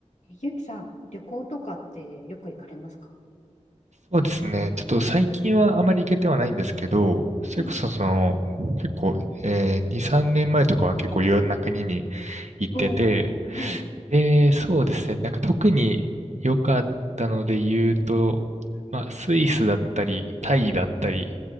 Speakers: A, on the left; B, on the right.
A: ゆうきさん、旅行とかってよく行かれますか
B: そうですね。ちょっと最近はあまり行けてはないんですけど、それこそその、
A: はい。
B: 結構、えー、2、3年前とかは結構いろんな国に行ってて、
A: おおー、はい。
B: で、そうですね。なんか特に良かったので言うと、まあ、スイスだったり、タイだったり